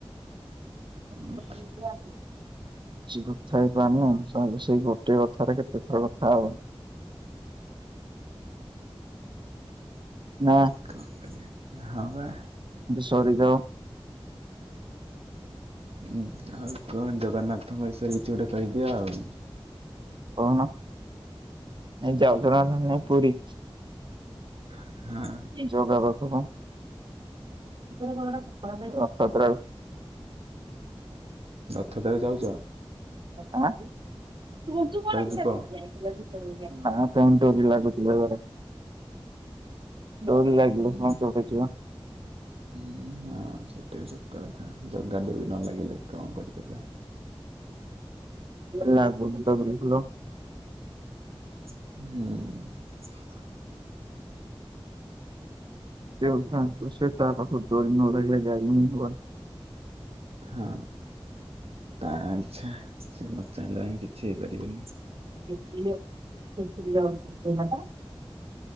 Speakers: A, on the right (about 50°); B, on the right (about 80°).
A: ହ
B: ଉଁ
A: କିଛି କଥା ହେଇପାରୁନ ସବୁ ସେଇ ଗୋଟେ କଥାରେ କେତେଥର କଥା ହବା। ନା
B: କଁ କରିବା। ହଁ ପା।
A: ତମେ ଦିଜଣ
B: ଉଁ-ଆଉ କଣ ଜଗନ୍ନାଥଙ୍କ ବିଷୟରେ କିଛି ଗୋଟେ କହିଦିଅ ଆଉ।
A: କହୁଁନ ନାଇଁ ଯାଉଚନା ନାଇଁ ପୁରୀ?
B: ହଁ
A: ଜଗା ପାଖକୁ <unintelligible>
B: ରଥ ଦେବା ଯାଉଚ?
A: ଆଁ ନା କାଉଣ୍ଟରି
B: ଯିବ
A: ଲାଗୁଥିଲା ଥରେ। ଡୋର
B: ହୁଁ
A: ଲାଗିଲେ ସିନା କିଏ ଗୋଟେ ଯିବା
B: ହୁଁ ହଁ ସେଇଟା ବି ସତ ଜଗା ଡ଼ୋରି ନ ଲାଗିଲେ କଁ କରିପାରିବା।
A: ନା ବୁଲୁତ ବୁଲୁଥୁଲ
B: ହୁଁ।
A: <unintelligible>
B: ହଁ। ତା ଇଛା ସିଏ ନ ଚାହିଁଲା ଯାଏଁ କିଛି ହେଇପାରିବନି।
A: ଇଏ ସେ ଫୁଲ <unintelligible>